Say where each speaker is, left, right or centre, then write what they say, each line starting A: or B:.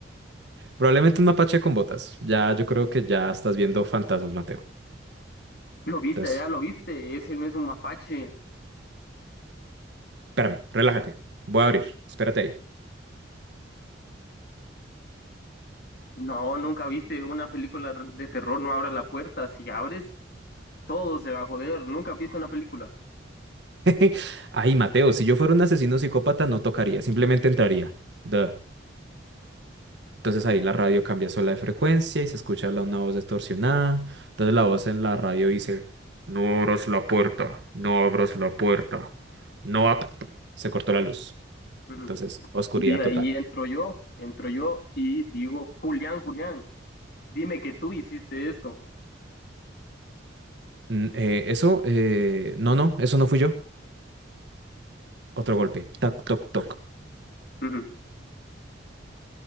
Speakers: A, on the right (about 60°); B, on the left (about 55°).
A: Probablemente un mapache con botas. Ya, yo creo que ya estás viendo fantasmas, Mateo.
B: Lo viste
A: Entonces,
B: allá, lo viste, ese no es un mapache.
A: espérame, relájate. Voy a abrir. Espérate
B: No, nunca viste una película de terror, no abras la puerta. Si abres, todo se va a joder. Nunca has visto una película.
A: ahí. <laughs> Ay, Mateo, si yo fuera un asesino psicópata no tocaría, simplemente entraría. Duh. Entonces ahí la radio cambia sola de frecuencia y se escucha la- una voz distorsionada. Entonces la voz en la radio dice, No abras la puerta, no abras la puerta. No ab-". Se cortó la luz.
B: Ujú.
A: Entonces, oscuridad
B: De ahí
A: total.
B: entro yo, entro yo y digo, Julián, Julián, dime que tú hiciste esto.
A: Mm, eh, eso, eh, no, no, eso no fui yo. Otro golpe. Tac, toc, toc.
B: Ujú.